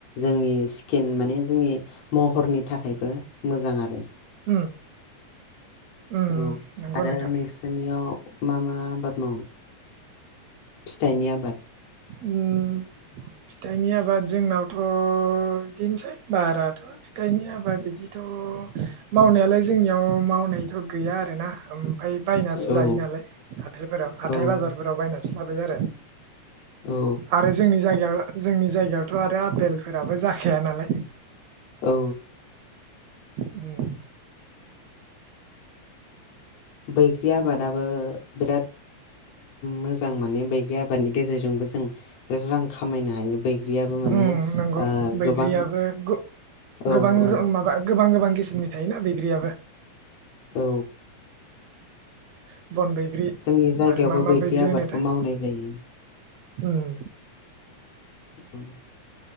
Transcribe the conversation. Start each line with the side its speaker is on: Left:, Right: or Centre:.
Left: जोंनि स्किन माने जोंनि महरनि थाखायबो मोजां आरो।
Right: उम। उम
Left: औ
Right: नंगौ
Left: आरो
Right: नोंथां
Left: नोंसोरनियाव मा मा आबाद मावो थाइनि आबाद?
Right: ओम फिथाइनि आबाद जोंनावथ' बिदिनोसै बाराथ' फिथाइनि आबाद बिदिथ' मावनायालाय जोंनियाव मावनायथ' गैया आरोना ओम फ्राय बायनासो
Left: औ
Right: जायो नालाय हाथायफोराव हाथाय
Left: औ
Right: बाजारफोराव बायनानै स्लाबाय आरो
Left: औ
Right: आरो जोंनि जायगायाव जोंनि जायगायावथ' आरो आपेलफोराबो जाखाया नालाय।
Left: औ।
Right: उम।
Left: बैग्रि आबादाबो बिराद मोजां उम माने बैग्रि आबादनि गेजेरजोंबो जों बिराद रां खामायनो हायो बैग्रियाबो माने
Right: उम
Left: ओ
Right: बैग्रियाबो
Left: गोबां
Right: गो
Left: औ
Right: गोबां
Left: औ
Right: रो माबा गोबां गोबां किसिमनि थायोना बैग्रियाबो।
Left: औ।
Right: उम। बन बैग्रि
Left: जोंनि जायगायावबो
Right: आरो मा मा
Left: बैग्रि आबादखौ
Right: होनोथाय
Left: मावनाय जायो।
Right: उम।
Left: औ